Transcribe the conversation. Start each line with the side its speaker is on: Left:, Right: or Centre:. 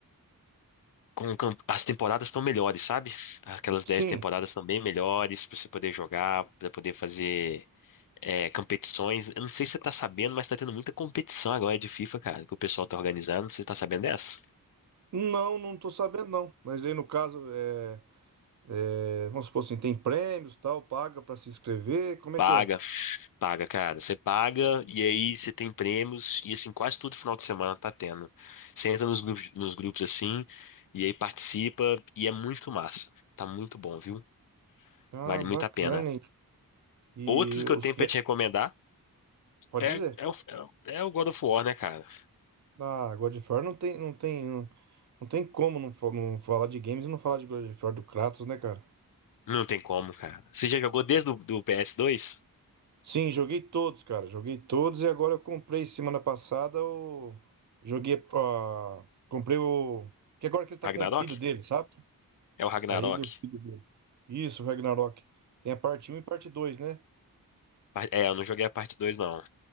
Left: com cam- as temporadas estão melhores, sabe? Aquelas
Right: Sim,
Left: 10 temporadas estão bem melhores pra você poder jogar, pra poder fazer é, competições. Eu não sei se você tá sabendo, mas tá tendo muita competição agora de FIFA, cara, que o pessoal tá organizando. Você tá sabendo dessa?
Right: não, não tô sabendo não. Mas aí no caso, é, é, vamos supor assim, tem prêmios, tal, paga pra se inscrever, como é
Left: Paga,
Right: que é?
Left: paga, cara. Você paga e aí você tem prêmios e assim, quase todo final de semana tá tendo. Você entra nos grupos, nos grupos assim e aí participa e é muito massa. Tá muito bom, viu?
Right: Ah,
Left: Vale muito
Right: bacana,
Left: a pena. Outro
Right: E
Left: que eu
Right: os
Left: tenho
Right: pre...
Left: pra te recomendar
Right: Pode
Left: é,
Right: dizer.
Left: é, o, é o God of War, né, cara?
Right: Ah, God of War não tem, não tem, não, não tem como não, fa- não falar de games e não falar de God of War do Kratos, né, cara?
Left: Não tem como, cara. Você já jogou desde o do ps dois?
Right: Sim, joguei todos, cara. Joguei todos e agora eu comprei semana passada o. Joguei a. Comprei o. Que agora que ele tá
Left: Ragnarok?
Right: com o filho dele, sabe?
Left: É o Ragnarok.
Right: Tá ele e o filho dele. Isso, Ragnarok. Tem a parte um e parte dois né?
Left: Pa- É, eu não joguei a parte 2, não.